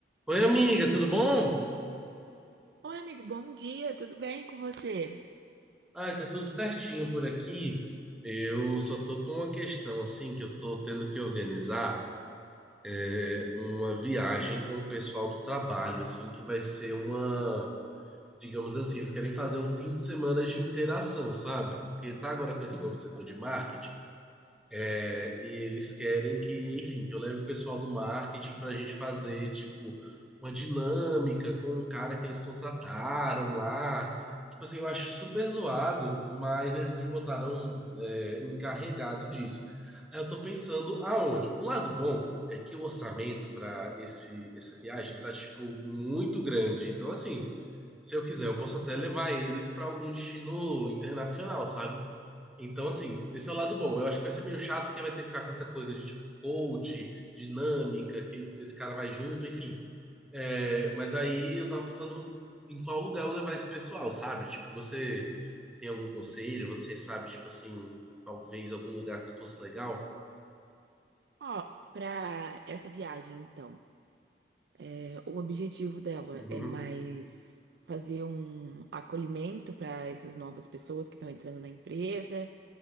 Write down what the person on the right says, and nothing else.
Oi, amigo, bom dia, tudo bem com você?
Ó, pra essa viagem, então, é, o objetivo dela
é mais fazer um acolhimento para essas novas pessoas que estão entrando na empresa,